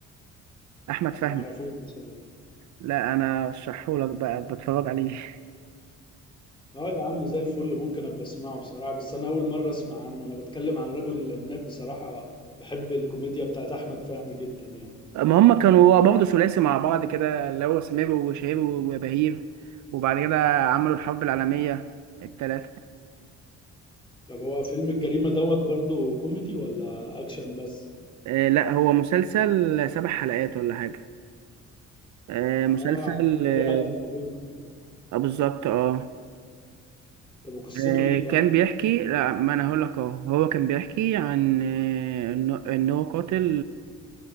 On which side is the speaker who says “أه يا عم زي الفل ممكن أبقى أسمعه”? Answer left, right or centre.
Left